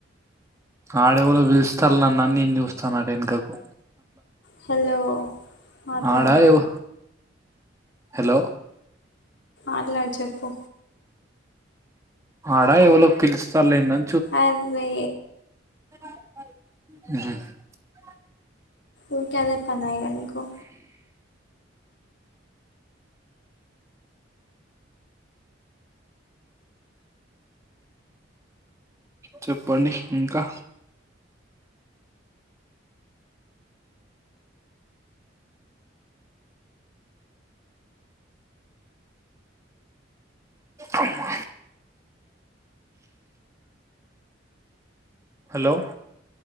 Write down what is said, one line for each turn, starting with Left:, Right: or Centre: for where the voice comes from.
Right: ఆళ్లేవలో పలుస్తారు నన్న నేను చూస్తానట వెనకకు
Left: హలో మాట్లాడు
Right: ఆడా ఎవ హలో
Left: అట్లా చెప్పు
Right: ఆడా ఎవలో పిలుస్త లేఇంక
Left: అర్రె
Right: <inaudible>
Left: ఇంక అదే పనాయె నాకు
Right: చెప్పండి ఇంకా అమ్మ హలో